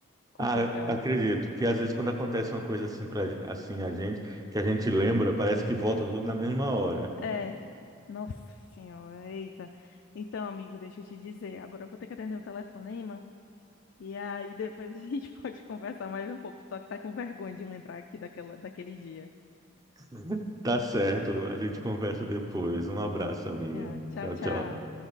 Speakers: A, on the left; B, on the right.
A: <laughs> Complicado.
B: Ah, acredito, porque às vezes quando acontece uma coisa assim para assim a gente, que a gente lembra, parece que volta tudo na mesma hora.
A: É, nossa senhora, eita. Então, amigo, deixa eu te dizer. Agora eu vou ter que atender um telefonema. E aí depois a <laughs> gente pode conversar mais um pouco. Só que tá com vergonha de lembrar aqui daquela, daquele dia.
B: <laughs> Tá certo, a gente conversa depois. Um abraço, amiga.
A: Ah, tchau,
B: Tchau,
A: tchau.
B: tchau.